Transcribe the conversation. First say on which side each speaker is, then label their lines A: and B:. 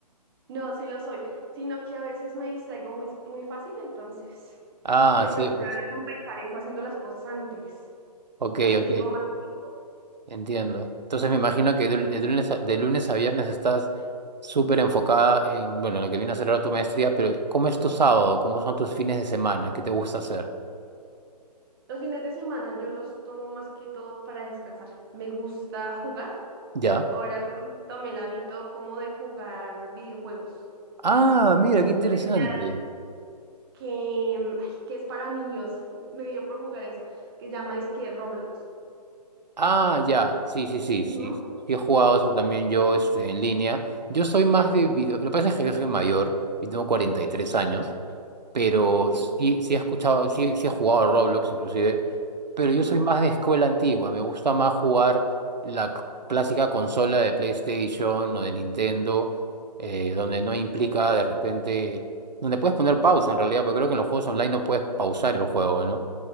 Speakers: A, on the right (about 35°); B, on the right (about 85°).
A: No, sí lo soy, sino que a veces me distraigo muy, muy fácil, entonces
B: Ah,
A: me
B: sí,
A: toca
B: pues.
A: compensar eso haciendo las cosas antes.
B: Ok,
A: Así
B: ok,
A: tengo más tiempo.
B: entiendo. Entonces me imagino que de, de lunes a, de lunes a viernes estás súper enfocada en, bueno, lo que viene a ser ahora tu maestría, pero ¿cómo es tu sábado? ¿Cómo son tus fines de semana? ¿Qué te gusta hacer?
A: Los fines de semana yo los tomo más que todo para descansar. Me gusta jugar.
B: Ya.
A: Ahora con- tomé el hábito como de jugar videojuegos.
B: Ah, mira, qué
A: Especial
B: interesante.
A: que, mm, ay, que es para niños. Me dio por jugar eso, que llama que Roblox.
B: Ah, ya, sí, sí, sí,
A: Ujú.
B: sí, sí he jugado
A: Eso.
B: eso también yo este, en línea. Yo soy más de video, lo que pasa es que yo soy mayor, yo tengo 43 años, pero
A: Sí.
B: sí, sí he escuchado, sí, sí he jugado a Roblox inclusive, pero yo
A: Ujú.
B: soy más de escuela antigua, me gusta más jugar la c- clásica consola de PlayStation o de Nintendo, eh, donde no implica de repente, donde puedes poner pausa en realidad, porque creo que en los juegos online no puedes pausar el juego, ¿no?